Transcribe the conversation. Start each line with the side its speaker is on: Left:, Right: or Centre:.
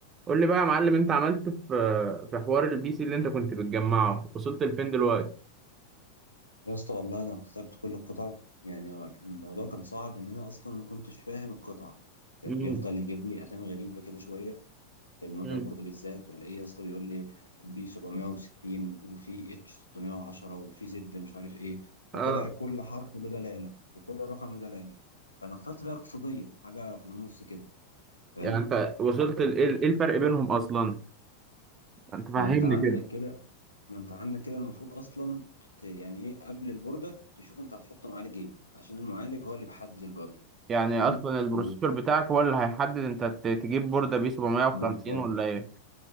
Right: قول لي بقى يا معلم انت عملت في في حوار البي سي اللي انت كنت بتجمعه وصلت لفين دلوقتي
Left: يا اسطى والله انا اخترت كل القطع يعني هو الموضوع كان صعب ان انا اصلا ما كنتش فاهم القطع كان
Right: مم.
Left: بيفضل يجيب لي اسامي غريبه كده شويه في المذر
Right: مم.
Left: بورد بالذات الاقيه يا اسطى بيقول لي بي 760 وفي اتش 610 وفي زد مش عارف ايه
Right: اه
Left: فطلع كل حرف له دلاله وكل رقم له دلاله فانا اخترت بقى اقتصاديه حاجه في النص كده فاهم
Right: يعني انت وصلت ل- ايه ال- إيه الفرق بينهم اصلا انت فهمني
Left: ما انت عندك
Right: كده
Left: كده ما انت عندك كده المفروض اصلا ت- يعني ايه قبل البورده تشوف انت هتحط معالج ايه عشان المعالج هو اللي بيحدد البورده
Right: يعني
Left: حلو
Right: اصلا البروسيسور
Left: و-
Right: بتاعك هو اللي هيحدد انت ت- تجيب بوردة بي 750
Left: بالظبط
Right: ولا ايه